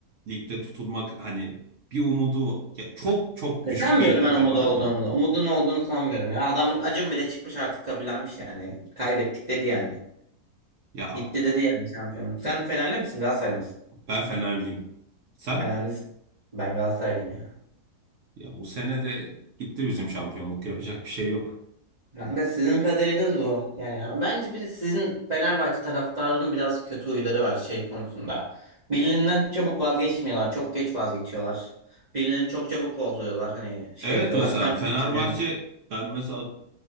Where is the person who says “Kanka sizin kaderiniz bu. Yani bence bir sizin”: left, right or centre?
Right